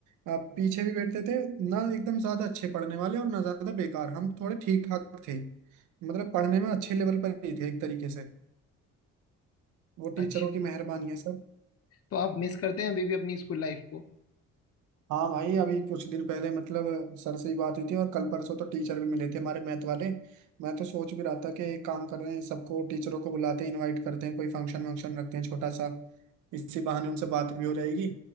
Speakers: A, on the right; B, on the left.
A: अ, पीछे भी बैठते थे ना एकदम ज्यादा अच्छे पढ़ने वाले और ना ज्यादा बेकार हम थोड़े ठीक ठाक थे मतलब पढ़ने में अच्छे लेवल पर ही थे एक तरीके से वो
B: अच्छा
A: टीचरों की मेहरबानी है सर
B: तो आप मिस करते हैं अभी भी अपनी स्कूल लाइफ को
A: हाँ भाई अभी कुछ दिन पहले मतलब सर से ही बात हुई थी और कल परसों तो टीचर भी मिले थे हमारे मैथ वाले मैं तो सोच भी रहा था कि एक काम कर रहे हैं सबको टीचरों को बुलाते हैं इनवाइट करते हैं कोई फंक्शन वंक्शन रखते हैं छोटा सा इसी बहाने उनसे बात भी हो जाएगी